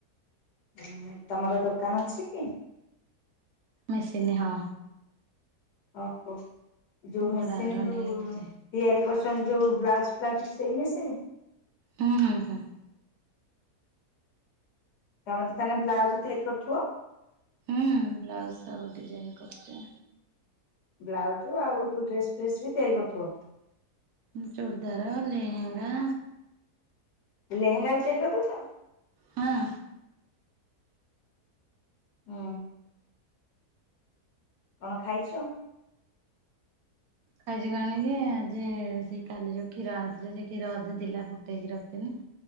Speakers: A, on the left; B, on the right.
A: ଆଉ ତମର ଦୋକାନ ଅଛି କି?
B: ମେସିିନି ହଁ।
A: ଓହୋ ଯୋଉ
B: ବଡ଼ଘର
A: ମେସିନ୍ ଯୋଉ
B: ନେଇଛି
A: ତିଆରି କରୁଚନ୍ତି ଯୋଉ ବ୍ଲାଉଜ ଫ୍ଲାଉଜ ସେଇ ମେଶିନି।
B: ହୁଁ ହୁଁ ହୁଁ।
A: ତମେ ତ ତାହେନେ ବ୍ଲାଉଜ ତିଆରି କରୁଥିବ?
B: ହୁଁ ବ୍ଲାଉଜ ସବୁ ଡିଜାଇନ କରୁଚି।
A: ବ୍ଲାଉଜ୍ ଆଉ ଯୋଉ ଡ୍ରେସ୍ ଫେସ୍ ବି ତିଆରି କରିୁଥିବ?
B: ହୁଁ ଚୁରଦାର, ଲେହେଙ୍ଗା
A: ଲେହେଙ୍ଗା ବି ତିଆରି କରିଦୋଉଚ?
B: ହଁ।
A: ହୁଁ। କଣ ଖାଇଚ?
B: ଖାଇଚି କଣକି ଆଜି ସେଇ କାଲି ଯୋଉ କ୍ଷୀର ଆଣିଥିଲେ ସେ କ୍ଷୀର ଅଧେ ଥିଲା ଫୁଟେଇକି ରଖିଥିନୀ।